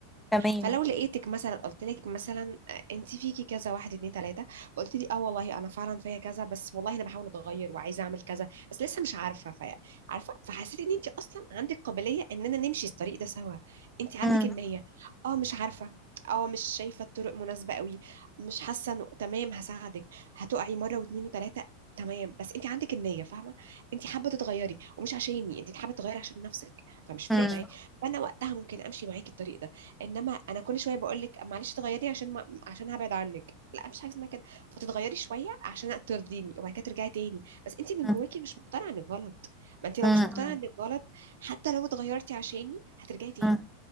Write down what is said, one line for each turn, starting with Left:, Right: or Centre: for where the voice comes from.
Centre: تمام
Right: فلو لقيتك مثلا قلت لك مثلا آه، انت فيكي كذا واحد اتنين تلاته فقلت لي اه والله انا فعلا فيا كذا بس والله انا بحاول اتغير وعايزه اعمل كذا بس لسه مش عارفه فيا عارفه فحسيت ان انت اصلا عندك قابليه اننا نمشي الطريق ده سوا انت عندك
Centre: مم،
Right: النيه اه مش عارفه اه مش شايفه الطرق مناسبه قوي مش حاسه انه تمام هساعدك هتقعي مره واتنين وتلاته تمام بس انت عندك النيه فاهمه انت حابه تتغيري ومش عشاني انت حابه تتغيري عشان نفسك فمش فارق
Centre: مم،
Right: معاكي فانا وقتها ممكن امشي معاكي الطريق ده انما انا كل شويه بقول لك معلش تغيري عشان ما... عشان هبعد عنك لا مفيش حاجه اسمها كده فتتغيري شويه عشان ترضيني وبعد كده ترجعي تاني بس انت من
Centre: مم،
Right: جواكي مش مقتنعه انك غلط ما انت لو
Centre: مم،
Right: مش مقتنعه انك غلط حتى لو اتغيرتي عشاني هترجعي تاني
Centre: مم.